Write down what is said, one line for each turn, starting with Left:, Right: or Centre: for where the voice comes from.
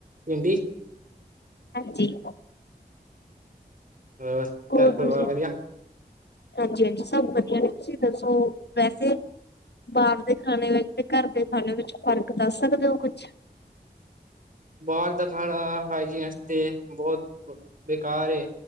Right: ਪਿੰਡੀ
Left: ਹਾਂਜੀ।
Right: ਹੋਰ
Left: ਹੋਰ
Right: ਘਰ ਪਰਿਵਾਰ
Left: ਤੁਸੀ
Right: ਵਧੀਆ?
Left: ਹਾਂਜੀ-ਹਾਂਜੀ ਸਭ ਵਧੀਆ ਨੇ ਤੁਸੀਂ ਦੱਸੋ ਵੈਸੇ ਬਾਹਰ ਦੇ ਖਾਣੇ ਵਿੱਚ ਤੇ ਘੱਰ ਦੇ ਖਾਣੇ ਵਿੱਚ ਫ਼ਰਕ ਦੱਸ ਸਕਦੇ ਓ ਕੁੱਛ?
Right: ਬਾਹਰ ਦਾ ਖਾਣਾ ਹਾਈਜੀਣ ਆਸਤੇ ਬੋਹਤ ਬ ਬੇਕਾਰ ਏ।